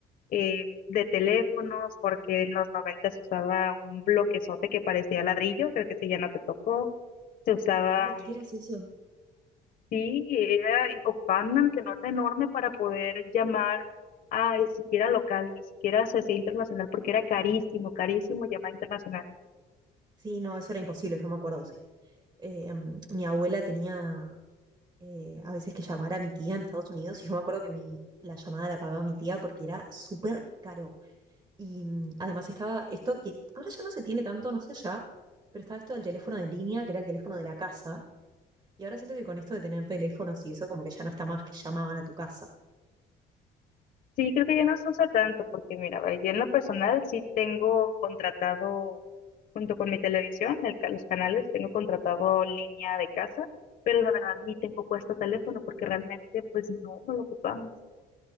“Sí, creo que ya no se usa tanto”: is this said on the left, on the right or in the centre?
Left